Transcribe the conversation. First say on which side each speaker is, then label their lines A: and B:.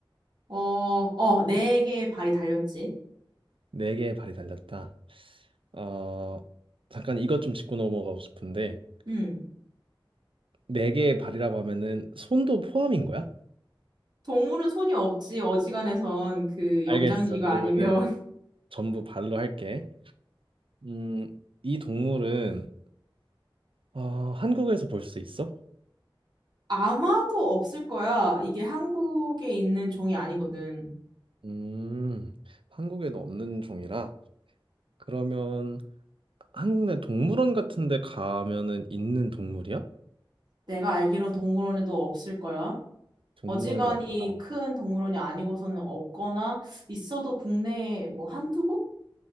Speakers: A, on the right; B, on the right.
A: 어, 어, 네 개의 발이 달렸지.
B: 네 개의 발이 달렸다. 어, 잠깐 이것 좀 짚고 넘어가고 싶은데,
A: 응.
B: 네 개의 발이라고 하면은 손도 포함인 거야?
A: 동물은 손이 없지. 어지간해선 그 영장
B: 알겠어.
A: 이거
B: 그러면은
A: 아니면
B: 전부 발로 할게. 음, 이 동물은 어, 한국에서 볼 수 있어?
A: 아마도 없을 거야. 이게 한국에 있는 종이 아니거든.
B: 음, 한국에도 없는 종이라. 그러면 한국 내 동물원 같은 데 가면은 있는 동물이야?
A: 내가 알기론 동물원에도 없을 거야.
B: 동물원에도
A: 어지간히
B: 없다.
A: 큰 동물원이 아니고서는 없거나 있어도 국내에 뭐 한두 곳?